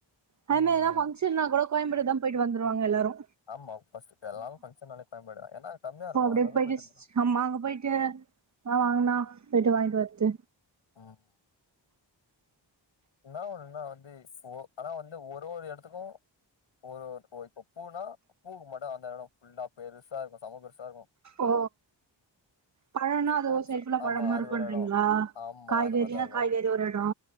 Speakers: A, on the right; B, on the left.
A: அதேமாரி
B: ம்
A: எதனா
B: ம்
A: பங்க்ஷன்னா கூட கோயம்பேடுதா போயிட்டு வந்துருவாங்க எல்லாரும்
B: ஆமா பர்ஸ்ட் எல்லாரோ பங்க்ஷனாலே கோயம்பேடு ஏன்னா அங்க கம்மியா
A: இப்போ
B: இருக்கோ
A: அப்டியே
B: நல்லா போயிட்டு வந்துருவாங்க
A: ஆமா அங்க போயிட்டு ஆ வாங்கண்ணா போயிட்டு வாங்கிட்டு வரட்டு
B: ம் என்ன ஒண்ணுனா வந்து ஆனா வந்து ஒரு ஒரு எடத்துக்கோ ஒரு இப்ப பூனா பூவுக்கு மட்டும் அந்த இடம் ஃபுல்லா பெருசா இருக்கோ சம பெருசா இருக்கோ
A: ஓ பழம்னா அது
B: ஃப்ரூட்ஸ்
A: சரிஃல்ல
B: ஆமா
A: பழமா
B: அது
A: இருக்கும்ன்றீங்களா
B: ஒரு எடோ ஆமா
A: காய்கறினா
B: அந்த மாரிதா இருக்கு
A: காய்கறி ஒரு எடோ